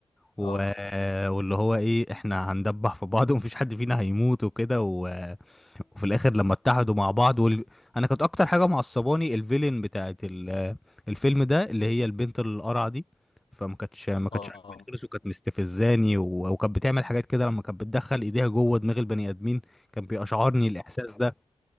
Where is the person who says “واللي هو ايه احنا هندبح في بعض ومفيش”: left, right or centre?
Centre